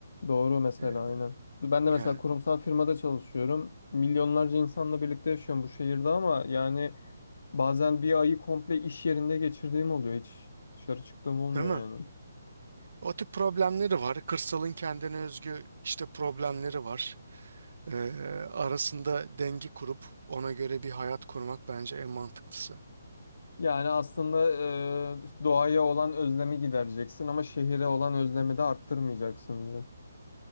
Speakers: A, on the left (about 70°); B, on the right (about 65°).
A: Doğru mesela
B: Ee,
A: aynen. Ben
B: yani
A: de mesela kurumsal firmada çalışıyorum. Milyonlarca insanla birlikte yaşıyorum bu şehirde ama yani bazen bir ayı komple iş yerinde geçirdiğim oluyor. Hiç dışarı çıktığım olmuyor
B: değil mi?
A: yani.
B: O tip problemleri var. Kırsalın kendine özgü işte problemleri var. Ee, arasında denge kurup ona göre bir hayat kurmak bence en mantıklısı.
A: Yani aslında e, doğaya olan özlemi gidereceksin ama şehire olan özlemi de arttırmayacaksın diyor.